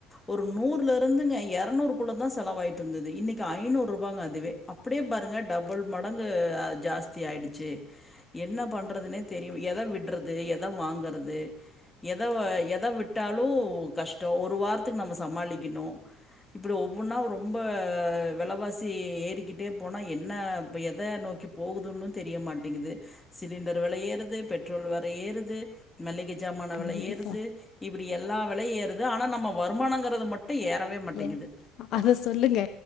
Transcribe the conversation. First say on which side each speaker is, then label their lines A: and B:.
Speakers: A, on the left (about 15°); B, on the left (about 55°).
A: ஒரு நூறுலருந்துங்க எரநூறுக்குள்ள தா செலவாய்ட்டு இருந்தது இன்னைக்கு ஐநூற்ருபாங்க அதுவே அப் ப்டியே பாருங்க டபுள் மடங் இது ஜாஸ்தி ஆய்டுச்சு என்ன பண்றதுனே தெரி எத விட் றது எத வாங்கறது எத எத விட்டாலு கஷ்டோ ஒரு வாரத்துக்கு நம்ம சமாளிக்கணு அப்றோ ஒவ்வொன்னா ரொம்ப வெலைவாசி ஏறிக்கிட்டே போனா என்ன இப்ப எத நோக்கி போகுதுன்னு தெரியமாட்டிகுது சிலிண்டர் வெல ஏறுது பெட்ரோல் வேர ஏறுது மளிக ஜாமானா
B: கண்டிப்பா.
A: வெல ஏறுது இப்டி எல்லா வெலையு ஏறுது ஆனா நம்ம வருமானங்கறது மட்டு ஏறவே மாட்டிகுது
B: எ அத சொல்லுங்க